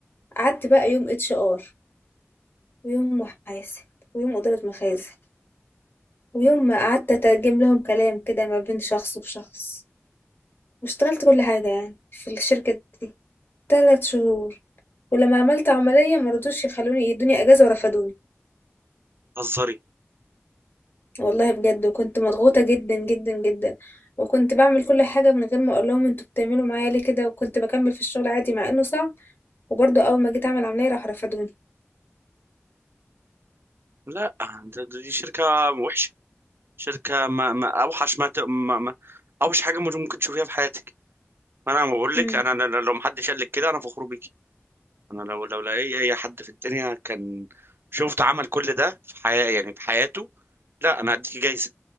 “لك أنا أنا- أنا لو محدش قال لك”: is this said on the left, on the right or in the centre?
Right